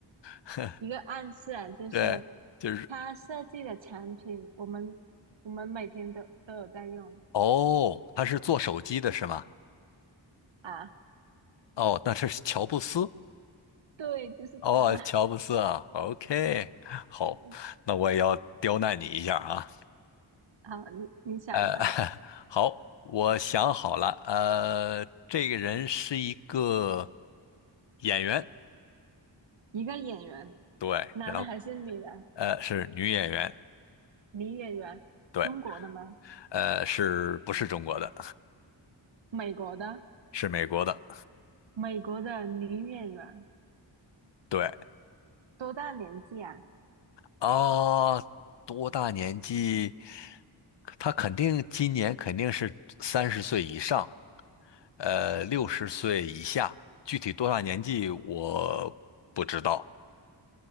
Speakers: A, on the left; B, on the right.
A: <laughs>
B: 一个暗示啊，就是
A: 对，就是。
B: 他设计的产品，我们我们每天都都有在用
A: 哦，他是做手机的是吗？
B: 啊，
A: 哦，那这是乔布斯。
B: 对，就是他。
A: 哦，
B: <laughs>
A: 乔布斯啊，OK，好，
B: 对
A: 那我也要刁难你一下啊。
B: 好，你你想嘛，
A: 呃，<laughs> 好，我想好了，呃，这个人是一个演员，
B: 一个演员，
A: 对，
B: 男的还是女的？
A: 然后呃是女演员，
B: 女演员，
A: 对，
B: 中国的吗？
A: 呃是不是中国的？
B: 美国的？
A: 是美国的，
B: 美国的女演员
A: 对，
B: 多大年纪啊？
A: 啊，多大年纪？他肯定今年肯定是三十岁以上。呃，六十岁以下，具体多大年纪我不知道，